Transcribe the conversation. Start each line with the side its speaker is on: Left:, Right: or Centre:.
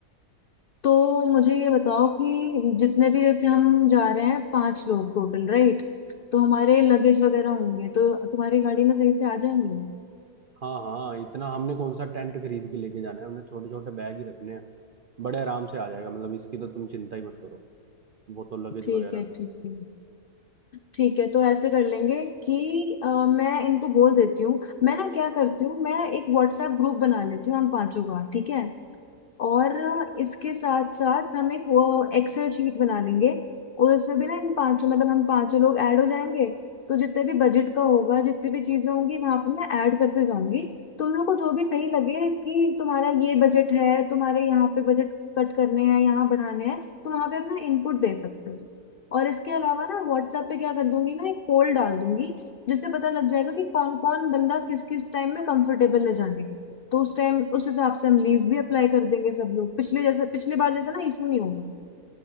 Left: तो मुझे ये बताओ कि जितने भी जैसे हम जा रहे हैं पांच लोग टोटल राइट तो हमारे लगेज वगैरह होंगे तो तुम्हारी गाड़ी में सही से आ जाएंगे
Right: हाँ हाँ इतना हमने कौन सा टेंट खरीद के लेके जाना है हमने छोटे छोटे बैग ही रखने हैं बड़े आराम से आ जाएगा मतलब इसकी तो तुम चिंता ही मत करो वो तो
Left: <laughs>
Right: लगेज
Left: ठीक
Right: वगैरह
Left: है
Right: तो
Left: ठीक है ठीक है तो ऐसे कर लेंगे कि अ, मैं इनको बोल देती हूँ मैं ना क्या करती हूँ मैं एक व्हाट्सएप ग्रुप बना लेती हूँ हम पांचों का ठीक है और अ, इसके साथ साथ हम एक वो एक्सेल शीट बना लेंगे और उसमें भी ना इन पांचों मतलब हम पांचों लोग ऐड हो जाएंगे तो जितने भी बजट का होगा जितनी भी चीजें होंगी वहां पर मैं ऐड करते जाऊंगी तुम लोग को जो भी सही लगे कि तुम्हारा ये बजट है तुम्हारे यहाँ पे बजट कट करने हैं यहाँ बढ़ाने हैं तो वहां पे अपना इनपुट दे सकते हो और इसके अलावा ना व्हाट्सएप पे क्या कर दूंगी मैं एक पोल डाल दूंगी जिससे पता लग जाएगा कि कौन कौन बंदा किस किस टाइम में कंफर्टेबल है जाने के लिए तो उस टाइम उस हिसाब से हम लीव भी अप्लाई कर देंगे सब लोग पिछले जैसे पिछली बार जैसा ना इशू नहीं होगा